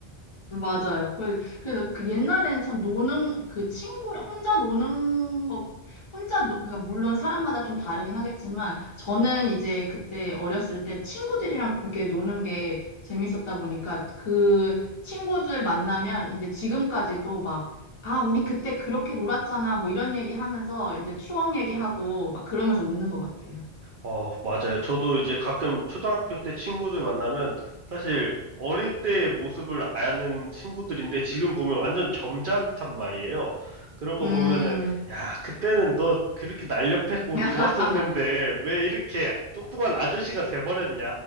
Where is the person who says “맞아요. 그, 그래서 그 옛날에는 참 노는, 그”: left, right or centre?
Left